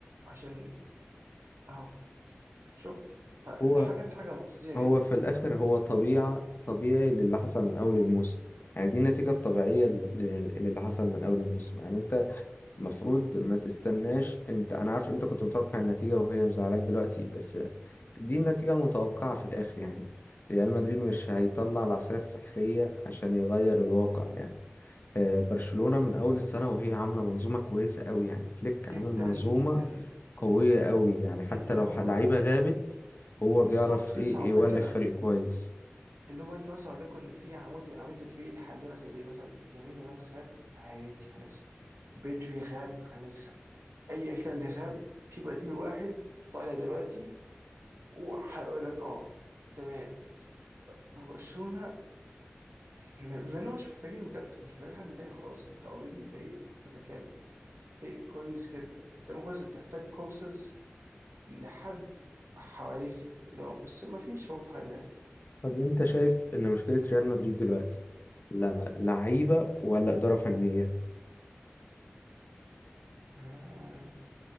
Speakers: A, on the right; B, on the left.
A: عشان اهو شفت فحاجه
B: هو
A: حاجه مخزيه
B: هو
A: جدا
B: في الآخر هو طبيعة طبيعي للي حصل من أول الموسم يعني دي النتيجة الطبيعية لل- للي حصل من أول الموسم يعني أنت المفروض ما تستناش انت انا عارف انت كنت متوقع النتيجة وهي مزعلاك دلوقتي بس دي النتيجة المتوقعة في الاخر يعني ريال مدريد مش هيطلع العصاية السحرية عشان يغير الواقع يعني آه، برشلونة من أول السنة وهي عاملة منظومة كويسة قوي يعني فليك عامل
A: جدا
B: منظومة
A: جدا
B: قوية قوي يعني حتى
A: اللي
B: لو
A: هم
B: ح- لعيبة غابت هو
A: بالظبط
B: بيعرف إيه
A: لسه هقول
B: يولف
A: لك كده
B: فريق كويس
A: اللي هو انت مثلا وليكن في عمود من اعمده الفريق الحاليه مثلا زي مثلا يمين يامال غاب عادي هنكسب بدري غاب هنكسب ايا كان اللي غاب في بديل واحد طالع دلوقتي وهيقول لك اه تمام ما برشلونه بما بما انهم مش محتاجين بجد مش محتاجين حد تاني خلاص انت اوريدي فريق متكامل فريق كويس جدا انت ممكن بس بتحتاج كورسز لحد حواليك لو بس ما فيش برضه حاجه تاني
B: طب أنت شايف إن مشكلة ريال مدريد دلوقتي لا لعيبة ولا إدارة فنية
A: آه.